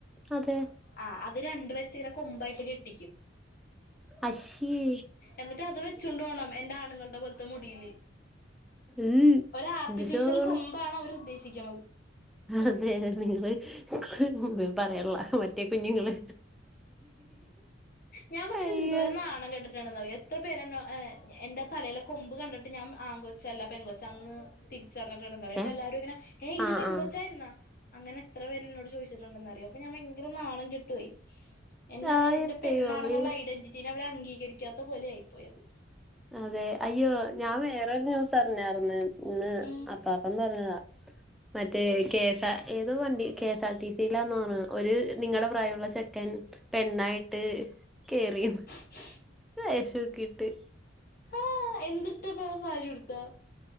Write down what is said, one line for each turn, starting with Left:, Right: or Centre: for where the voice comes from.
Centre: അതെ
Left: ആഹ് അത് രണ്ട് വശത്ത്ങ്ങനെ കൊമ്പായിട്ട് കെട്ടിക്കും
Centre: അശ്യാ
Left: എന്നിട്ട് അത് വെച്ചോണ്ട്ഓണംഎന്റെ ആണുങ്ങളുടെ പോലത്തെ മുടിയില്
Centre: ഉം
Left: ഒരു ആർട്ടിഫിഷ്യൽ
Centre: എന്ത് ശോകാണ്
Left: കൊമ്പാണ് അവർ ഉദ്ദേശിക്കുന്നത്
Centre: അതെ നിങ്ങള്ൾ <unintelligible> പറയള്ള മറ്റേ കുഞ്ഞുങ്ങള്
Left: ഞാൻ പക്ഷെ
Centre: അയ്യോ
Left: എന്തോരം <unintelligible> എത്ര പേരന്നഎ എന്റെതലയിലെ കൊമ്പ് കണ്ടിട്ട് ഞാൻ ആങ്കോച്ചല്ല പെങ്കൊച്ച അന്ന് തിരിച്ചറിഞ്ഞിട്ടുണ്ടെന്നറിയോ
Centre: ഏ
Left: ശേ എല്ലാരുംങ്ങനെ ഏഹ് ഇത്
Centre: ആഹ്
Left: പെങ്കൊച്ചായിരുന്നാ.
Centre: ആഹ്
Left: അങ്ങന എത്ര പേരന്നോട് ചോദിട്ടുണ്ടെന്നറിയോ അപ്പ ഞാൻ <unintelligible> ങ്കര നാണം കെട്ടുയി എന്നെ ഒരു
Centre: ആയ
Left: എന്റെ പെണ്ണാണെന്നുള്ള
Centre: ദൈവമേ
Left: ഐഡന്റി നെ അവരംഅംഗീകരിക്കാത്ത പോലെയിപോയത്
Centre: അതെ അയ്യോ ഞാൻ വേറൊരു ദിവസറഞ്ഞാർന്ന് ഇന്ന്
Left: ഉം
Centre: അപ്പാപ്പന് പറഞ്ഞതാ മറ്റേ കേസ ഏതോ വണ്ടി കേസ ടി സിയിലാന്നഓണ ഒരു നിങ്ങടെ പ്രായുള്ള ചെക്കൻ പെണ്ണായിട്ട് കേറീന്ന്.
Left: ഹ് ഹ
Centre: വെശോക്കിട്ട്
Left: ആഹ് എന്തിട്ടപ്പ സാരി ഉട്ത്താ